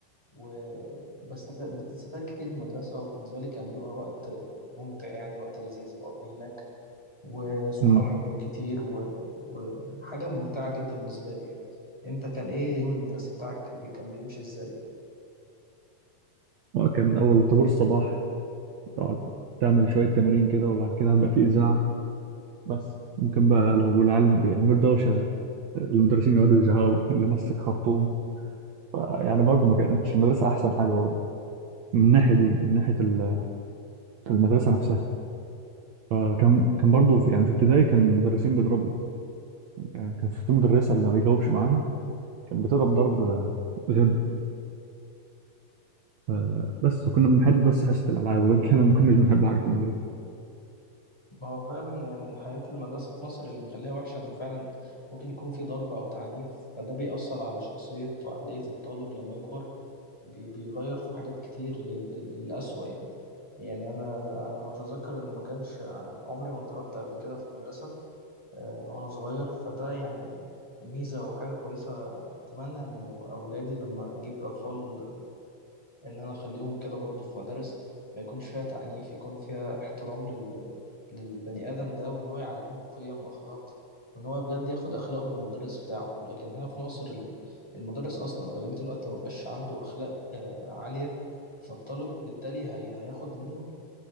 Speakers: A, in the centre; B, on the right.
A: وبستفاد بتستفاد كتير من المدرسة وبالنسبة لي كان بيبقى وقت ممتع يعني وقت لذيذ بقضيه هناك وصحاب
B: امم
A: كتير و... وحاجة ممتعة جدا بالنسبة لي يعني انت كان ايه يوم المدرسي بتاعك بي... كان بيمشي ازاي؟
B: اه كان اول طابور الصباح تقعد تعمل شويه تمارين كده وبعد كده هيبقى في اذاعه بس ممكن بقى لو العيال بيعملوا دوشه المدرسين يقعدوا يزعقوا اللي ماسك خرطوم يعني برضه ما كانتش المدرسة أحسن حاجة برضه من الناحية دي من ناحية ال- المدرسة نفسها فكان كان برضه في يعني في ابتدائي كان المدرسين بيضربوا يعني كان في مدرسة اللي ما بيجاوبش معاها كانت بتضرب ضرب آه، غبي ف- بس كنا بنحب بس حصة الألعاب غير كده ما كناش بنحب حاجة في المدرسة
A: ما هو فعلا يعني حياة المدرسة في مصر اللي مخليها وحشة إنه فعلا ممكن يكون في ضرب أو تعنيف فده بيأثر على شخصية وعقلية الطالب لما يكبر بي- بيغير في حاجات كتير لل- للأسوأ يعني يعني أنا ل- على ما أتذكر إنه ما كانش ع- عمري ما اتضربت قبل كده في المدرسة آه، وأنا صغير فده يعني ميزة وحاجة كويسة أتمنى إنه أولادي لما أجيب أطفال ان انا اخليهم كده برضو في مدارس ما يكونش فيها تعنيف يكون فيها احترام لل... للبني ادم ده وان هو يعلمه قيم واخلاق وان هو بجد ياخد اخلاقه من المدرس بتاعه لكن هنا في مصر ال- المدرس اصلا اغلبية الوقت ما بقاش عنده اخلاق آه، عالية فالطالب بالتالي هي... هياخد منه